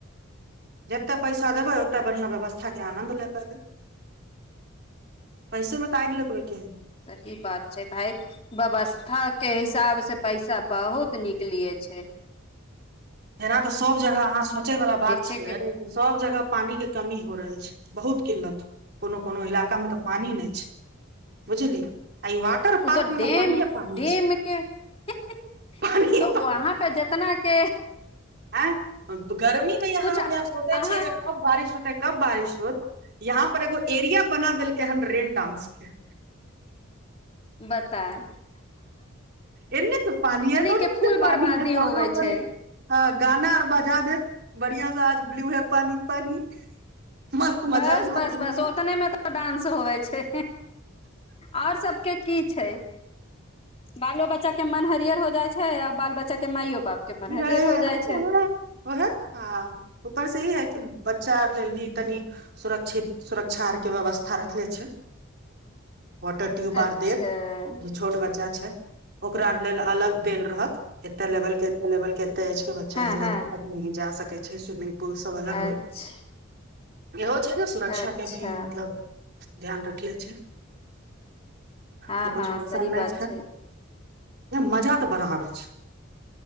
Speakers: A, on the right (about 50°); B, on the left (about 30°).
A: जते पैसा देबै ओते बढ़ियां व्यवस्थाक आनन्द लए पेबै पैसेमे तऽ आगि लगबै के है
B: सही बात छै भाय व्यवस्थाके हिसाबसँ पैसा बहुत निकलियै छै
A: उहै तऽ सब जगह अहाँ से सोचै बाला बात
B: देखे
A: छै
B: के
A: जे सब जगह पानि के कमी छै हो रहल छै बहुत किल्लत कोनो कोनो इलाकामे तऽ पानि नहि छै बुझली आ ई वाटर
B: उ
A: पार्क
B: तऽ
A: मे
B: डेम
A: पानिये पानी
B: डेम
A: छै
B: के तऽ
A: पानिये
B: वहाँ पे जतना के
A: आ गर्मी मे यहाँ
B: कुछ
A: हमे
B: अहाँ
A: सोचे छियै जे कब बारिश होतै कब बारिश होत यहाँ पर एगो एरिया बना देलकै हन रेण डांस के
B: बताए
A: एने तु पानी ओने
B: के फूल
A: तो
B: बर्बादी
A: पानी है अहाँ
B: होवे
A: अपन
B: छै
A: हँ गाना आर बजा देत बढ़िया से आज ब्लू हे पानी पानी मस्त
B: बस
A: मजा लियौ
B: बस
A: आनन्द
B: बस
A: लियौ
B: ओतने मे तऽ डांस होवे छै आओर सबके की छै बालो बच्चा के मन हरियर हो जाइ छै आ बाल बच्चा के माइयो बाप के मन
A: पी रहे
B: हरियर हो
A: है हँ
B: जाइ छै
A: व है ह ऊपर से ही है कि बचा चा आर लेल भी तनी सुरक्षित सुरक्षा आरके व्यवस्था रखले छै वाटर ट्यूब
B: अच्छा
A: आर देत जे छोट बच्चा छै ओकरा आरके लेल अलग देल रहत एते लेवल के बोल कते एज के बच्चा
B: हँ
A: है
B: हँ
A: लेन तक नहि जा सकै छै स्वीमींग पुलसँ अलग
B: अच्छा
A: होत इहो छै ने सुरक्षा
B: अच्छा
A: के भी मतलब ध्यान रखने छै
B: हँ
A: तऽ
B: हँ
A: कुछ वैसन
B: सही
A: नहि
B: बात छै
A: मजा तऽ बड आबै छै